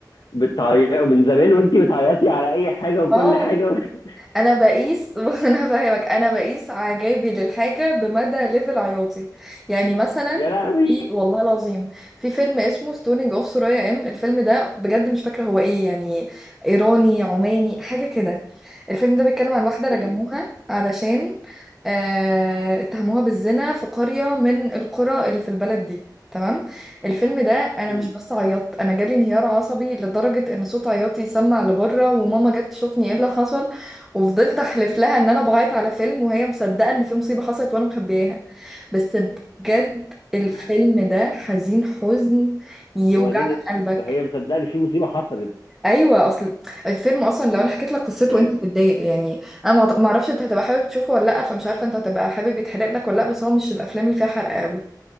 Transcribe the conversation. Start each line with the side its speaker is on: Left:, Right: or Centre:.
Left: بتعيطي من زمان وانت بتعيطي على اي حاجه وكل
Centre: اه
Left: حاجه و... <laughs>
Centre: انا بقيس <laughs> انا فاهمك انا بقيس اعجابي للحاجه بمدى ليفل عياطي يعني مثلا
Left: يا لهوي
Centre: في والله العظيم في فيلم اسمه ستونينج اوف سورايا ام الفيلم ده بجد مش فاكره هو ايه يعني ايراني عماني حاجه كده الفيلم ده بيتكلم عن واحده رجموها
Left: مم.
Centre: علشان آه اتهموها بالزنا في قريه من القرى اللي في البلد دي تمام الفيلم ده انا
Left: مم.
Centre: مش بس عيطت انا جالي انهيار عصبي لدرجه ان صوت عياطي سمع لبره وماما جت تشوفني ايه اللي حصل وفضلت احلف لها ان انا بعيط على فيلم وهي مصدقه ان في مصيبه حصلت وانا مخبياها بس بجد الفيلم
Left: <laughs>
Centre: ده حزين حزن يوجع
Left: وبعدين
Centre: لك قلبك
Left: هي مصدقه ان في مصيبه حصلت
Centre: ايوه اصل الفيلم اصلا لو انا حكيت لك قصته
Left: يعني
Centre: انت هتتضايق يعني انا ما ما اعرفش انت هتبقى حابب تشوفه ولا لا فمش عارفه انت هتبقى حابب يتحرق لك ولا لا بس هو مش الافلام اللي فيها حرق قوي